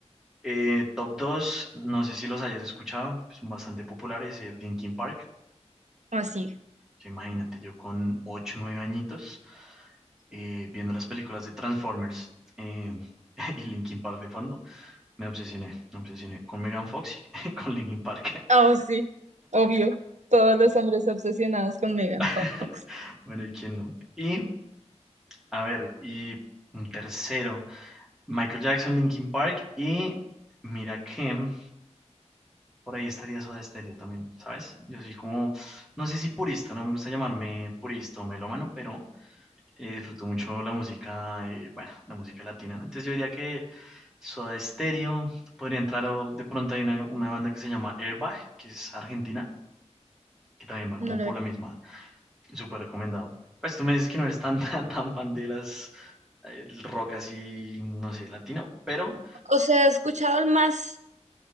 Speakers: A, in the centre; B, on the right.
A: Eh, top 2 no sé si los hayas escuchado, pues, son bastante populares, el Linkin Park.
B: Así.
A: Yo imagínate, yo con 8 9 añitos, eh, viendo las películas de Transformers eh, <laughs> y Linkin Park de fondo, Me obsesioné, me obsesioné con Megan Fox y <laughs> con Linkin Park.
B: Oh, sí, obvio. Todos los hombres obsesionados con Megan
A: <laughs>
B: Fox.
A: Bueno, ¿y quién no? Y, a ver, y un tercero, Michael Jackson, Linkin Park y mira que por ahí estaría Soda Stereo también, ¿sabes? Yo soy como, no sé si purista, no me gusta llamarme purista o melómano, pero eh, disfruto mucho la música, eh, bueno, la música latina, ¿no? Entonces yo diría que Soda Stereo podría entrar, o de pronto hay una, una banda que se llama Airbag, que es argentina, que también va como
B: No lo
A: por
B: he-
A: la misma Súper recomendado. Pues tú me dices que no eres tan, <laughs> tan, tan fan de las eh, el rock así, no sé, latino, pero...
B: O sea, he escuchado el más